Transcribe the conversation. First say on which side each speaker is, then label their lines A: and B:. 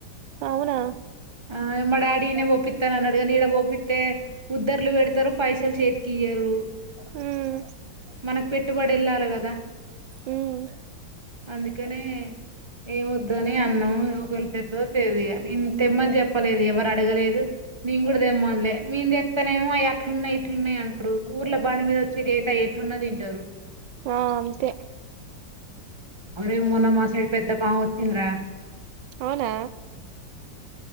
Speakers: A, on the right (about 75°); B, on the right (about 15°).
A: అవునా
B: ఆ మా డాడీనే ఒప్పిత్తా అన్నాడు గాని ఈడ ఒప్పిత్తే ఉద్దరులు పెడతారు పైసలు చేతికి ఇయ్యరు
A: ఉమ్
B: మనకు పెట్టుబడి వెళ్ళాలి కదా
A: ఉమ్
B: అందుకనే ఏమ వద్దు అని అన్నాం యువకుల చెద్దో తెదు నేను తెమ్మని చెప్పలేదు ఎవరు అడగలేదు నేను కూడా తెమ్మలే నేను తెస్తానేమోవి అట్లున్నాయి ఇట్లున్నాయి అంటారు ఊర్ల బాణ మీద వచ్చి అయి ఇపుడునా తింటారు
A: ఆ అంతే
B: అరే మొన్నమ్ మా సైడ్ పెద్ద పామ్ వచ్చిందరా
A: అవునా